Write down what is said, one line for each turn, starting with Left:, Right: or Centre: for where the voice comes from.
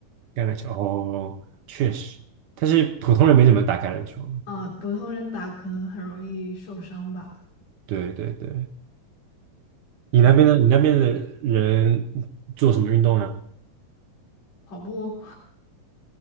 Right: 橄榄球哦，确实，但是普通人没怎么打橄榄球。
Left: <laughs> 啊，普通人打可能很容易受伤吧。
Right: 对对对，你那边的你那边的人做什么运动啊？
Left: 对，跑步。